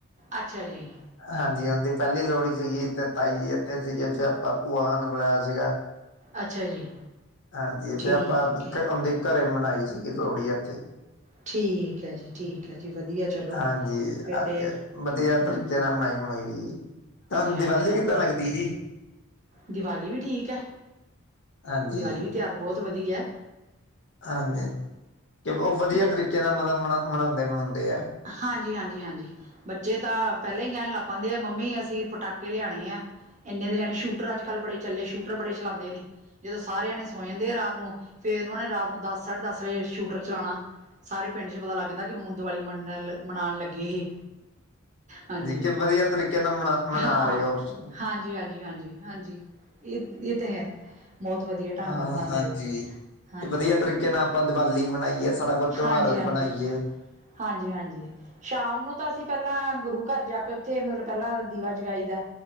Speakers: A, on the right; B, on the left.
A: ਅੱਛਾ ਜੀ।
B: ਹਾਂਜੀ ਇਹਂਦੀ ਪਹਿਲੀ ਲੋਹੜੀ ਸੀਗੀ ਤੇ ਤਾਈ ਜੀ ਇੱਥੇ ਸੀਗੇ ਫਿਰ ਆਪਾਂ ਭੂਆ ਨੂੰ ਬੁਲਾਇਆ ਸੀਗਾ।
A: ਅੱਛਾ ਜੀ
B: ਹਾਂਜੀ
A: ਠੀਕ
B: ਫਿਰ ਆਪਾਂ
A: ਹੈ
B: ਉਹਦੇ ਘਰੇ ਮਨਾਈ ਸੀਗੀ ਲੋਹੜੀ ਇੱਥੇ।
A: ਠੀਕ ਹੈ ਜੀ ਠੀਕ ਹੈ ਜੀ ਵਧੀਆ ਚਲੋ
B: ਹਾਂਜੀ
A: ਫਿਰ
B: ਆ
A: ਤੇ
B: ਕੇ ਵਧੀਆ
A: ਹਾਂ।
B: ਤਰੀਕੇ ਮਨਾਈ ਮਨਾਈ ਜੀ ਤੁਹਾਨੂੰ
A: ਹਾਂਜੀ
B: ਦੀਵਾਲੀ
A: ਹਾਂਜੀ
B: ਕਿੱਦਾਂ ਲੱਗਦੀ ਜੀ।
A: ਦੀਵਾਲੀ ਵੀ ਠੀਕ ਹੈ।
B: ਹਾਂਜੀ,
A: ਦੀਵਾਲੀ ਵੀ ਤਿਉਹਾਰ ਬਹੁਤ ਵਧੀਆ।
B: ਹਾਂਜੀ ਕਿ ਉਹ ਵਧੀਆ
A: ਬ
B: ਤਰੀਕੇ ਨਾਲ ਮਤਲੱਬ ਮਨਾ ਮਨਾਉਂਦੇ ਮਨਾਉਂਦੇ ਆ।
A: ਹਾਂਜੀ ਹਾਂਜੀ ਹਾਂਜੀ। ਬੱਚੇ ਤਾਂ ਪਹਿਲਾਂ ਹੀ ਕਹਿਣ ਲੱਗ ਪਾੈਦੇ ਆ ਮੰਮੀ ਅਸੀ ਪਟਾਕੇ ਲਿਆਣੇ ਆ ਇੰਨੇ ਦੇ ਲਿਆਣੇ ਸ਼ੂਟਰਾਂ 'ਚ ਅਜ ਕਲ ਬੜੇ ਚੱਲੇਦੇ ਸ਼ੂਟਰ ਬੜੇ ਚਲਾਂਦੇ ਨੇ। ਜਦੋਂ ਸਾਰੇਆਂਣੇ ਸੋਏ ਜਾਂਦੇ ਆ ਰਾਤ ਨੂੰ ਫੇਰ ਉਹਨਾਂ ਨੇ ਰਾਤ ਨੂੰ ਦਸ ਸਾਢੇ ਦਸ ਵਜੇ ਸ਼ੂਟਰ ਚਲਾਉਣਾ। ਸਾਰੇ ਪਿੰਡ 'ਚ ਪਤਾ ਲੱਗ ਜਾਦਾ ਕਿ ਹੁਣ ਦੀਵਾਲੀ ਮੰਨ ਮਨਾਉਣ ਲੱਗੇ ਇਹ। ਹਾਂਜੀ
B: ਕਿ ਵਧੀਆ ਤਰੀਕੇ ਨਾਲ ਮਨਾ ਮਨਾ
A: ਹਾਂ
B: ਰਹੇ ਹੋ ਤੁਸੀਂ।
A: ਹਾਂਜੀ, ਹਾਂਜੀ, ਹਾਂਜੀ। ਹਾਂਜੀ ਇਹ ਤਾਂ ਹੈ ਬਹੁਤ ਵਧੀਆ ਢੰਗ
B: ਹਾਂ
A: ਨਾਲ ਬਣਾਉਂਦੇ
B: ਹਾਂਜੀ
A: ਆ
B: ਜੀ
A: ਹਾਂਜੀ
B: ਵਧੀਆ ਤਰੀਕੇ ਨਾਲ ਆਪਾਂ ਦੀਵਾਲੀ ਮਨਾਈਏ ਸਾਰਾ ਕੁਛ ਤਿਉਹਾਰ
A: ਹਾਂਜੀ, ਹਾਂਜੀ,
B: ਬਣਾਈਏ
A: ਹਾਂਜੀ, ਹਾਂਜੀ। ਸ਼ਾਮ ਨੂੰ ਤਾਂ ਅਸੀਂ ਪਹਿਲਾਂ ਗੁਰੂ ਘਰ ਜਾ ਕੇ ਉੱਥੇ ਮਤਲੱਬ ਪਹਿਲਾਂ ਦੀਵਾ ਜਗਾਈ ਦਾ।